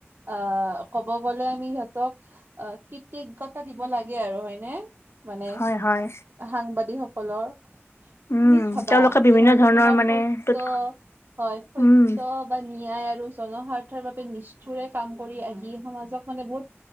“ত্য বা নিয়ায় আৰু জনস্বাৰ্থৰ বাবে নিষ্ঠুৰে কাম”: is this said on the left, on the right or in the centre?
Right